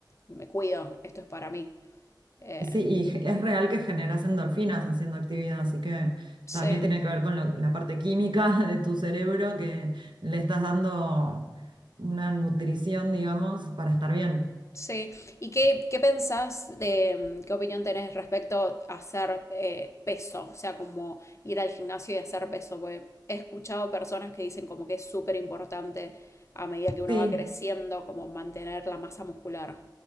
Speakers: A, on the left; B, on the right.
A: me cuido, esto es para mí. Eh,
B: Sí, y ge- es real que generas endorfinas haciendo actividad, así que
A: sí.
B: también tiene que ver con lo- la parte química <laughs> de tu cerebro que le estás dando una nutrición, digamos, para estar bien.
A: Sí, ¿y qué, qué pensás de, mm, qué opinión tenés respecto a hacer eh, peso? O sea, como ir al gimnasio y hacer peso, porque he escuchado personas que dicen como que es súper importante a medida que uno
B: Sí,
A: va creciendo, como mantener la masa muscular.